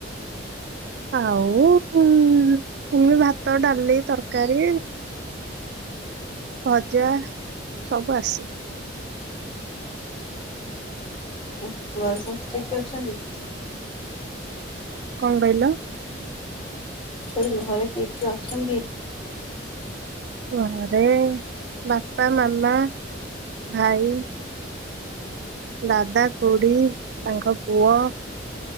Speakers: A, on the right; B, on the left.
A: ଆଉ ଏମିତି ଭାତ, ଡାଲି, ତରକାରୀ। ଭଜା ସବୁ ଆସେ।
B: ଆଛା ଘରେ ସମସ୍ତେ କିଏ କିଏ ଅଛନ୍ତି?
A: କଣ କହିଲ
B: କହିଲି ଘରେ କିଏ କିଏ ଅଛନ୍ତି?
A: ଘରେ ବାପା, ମାମା, ଭାଇ। ଦାଦା, ଖୁଡ଼ି ତାଙ୍କ ପୁଅ